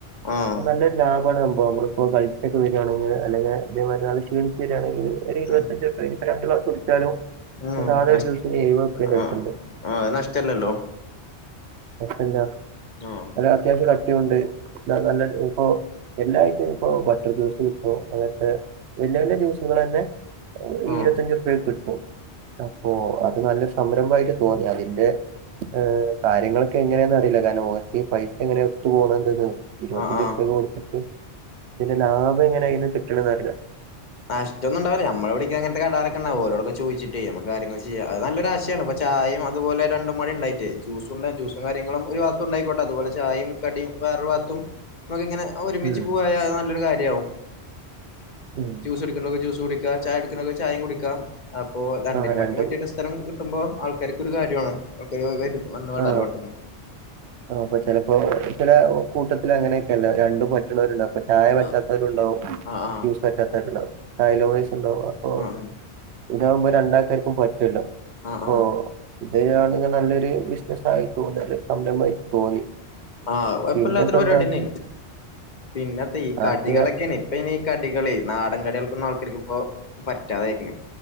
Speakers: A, on the left (about 45°); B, on the right (about 75°).
A: ആഹ്
B: അ നല്ലൊരു ലാഭമാണ് സംഭവം നമ്മള് ഇപ്പോ കളിച്ചൊെകേ വരു കയാണെങ്കിൽ അല്ലെങ്കഇതേ വരുന്ഗിൽ അതേ നാൾ ക്ഷീണിച്ച്രികയാണെങ്കിൽ ഒരു ഇരുപത്തഞ്ച്
A: ഉം
B: രപ രണ്ട് ഗ്ലാസ്‌ കുടിച്ചാലോ
A: ഉം
B: പക്ഷെസാധാ
A: നഷ്
B: ഒരു ജ്യൂസ്‌ എഴുപത് റുപ്പിന്റ അടുത്തുണ്ട്
A: ആഹ് ആഹ് അത് നഷ്ടല്ലല്ലോ
B: പിന്നെ അ
A: ആഹ്
B: അത്യാവശ്യം ക ണ്ട് നല്ല ഇപ്പൊ എല്ലായിട്ടും ഇപ്പോൊ ബട്ടർ ജ്യൂസ് കിട്ടും അങ്ങനത്തെ വലിയ വലിയ ജ്യൂസുകൾ തന്നെ
A: ആഹ്
B: ഇരുപത്തഞ്ചു രുപക്ക് കിട്ടും അപ്പൊ അത് നല്ലൊ സംരംഭമായിട്ട് തോന്നി അതിന്റെ ഏഹ് കാര്യങ്ങളൊക്കെ എങ്ങനെയാ അറിയില്ല കാരണം ഓർക്ക്ഈ പൈസ എങ്ങനെ ഒത്തു പോണം എന്തന്ന് ഇരുപത്തഞ്ച്
A: ആഹ് ആഹ്
B: റപക്കെ കൊടുത്തിട്ട് ഇതിന്റെ ലാഭം എങ്ങനെ ഇന്ന് കിട്ടണന്ന്റില്ല
A: നശ ഒന്നണ്ടാവില്ല നമ്മടെവിടിക്ക അങ്ങത്തെ കടറൊക്കെണ്ടാവ ഓരോൊെ ചോദിച്ചിട്ട് നക്ക് കാര്യൊ ചെയാം അത് നല്ലൊ ആശയാണ് ചായയും അതുപോലെണ്ടും ഉണ്ടായിട്ട് ജൂസ ഉണ്ട് ജ്യൂസും കാര്യങ്ങളും ഒരു ഭാഗത്ത ഉണ്ടായിോട്ടെ അതുപോലെ ചായയും കടിയു വേറെ ഭാഗത്തു നമുക്ക ഇങ്ങനെ ഒരുമിച്ച്
B: ഉം
A: പോയാൽ അത് നല്ലൊരു കാര്യമാവും
B: ഉം
A: ജ്യൂസ് എടുക്കക്കെ ജ്യൂസ് കുടിക്കുക ചായ എടുക്കെ ചായയും കുടിക്കുക അപ്പൊ രണ്ടിനന്
B: ആ രണ്ട്
A: മറ്റും മറ്റൊ ഒരു സ്ഥലം <unintelligible> ആൾക്കാർക്ക്ൊ ഒരു കാര്യമാണ് ആൾക്ക വ വന്ന് വേടാലോ
B: ആ
A: പെട്ടെന്ന്
B: ആ അപ്പ ചിലപ്പോ ചില കൂട്ടത്തി അങ്ങനെയൊക്കെല്ല രണ്ട വരുണ്ടുംൊ ചായ പറ്റാത്തവരുണ്ടാവും
A: ആ ആ ആ
B: ജ്യൂസ് പറ്റാത്തവരുണ്ടാവുംൈലോവേസ് ഉണ്ടാവും അപ്പൊ
A: ആ
B: ഇതകുമ്പോ രണ്ടാൾക്കാർക്കും പറ്റൂല
A: ആ
B: അപ്പ
A: ആ
B: ഇത്ണ നല്ലൊരു വത്സമായി തോന്നി അ സംരംമായിട്ട് തോന്നി
A: ആഹ് അപ്പല്ലാത്തൊരു
B: പിന്നെ ഇപ്പോ
A: പരിപാടിന്നെും
B: എന്താ
A: പിന്നത്തെ ഈ കടികളൊക്കെയാണ്
B: എനിക്ക് വേ-
A: ഇപ്പൊ ഇനിീ കടികള നാടൻ കടികൾക്ക പക്ക്ിപ്പോ പറ്റാതൊയിരിക്കെ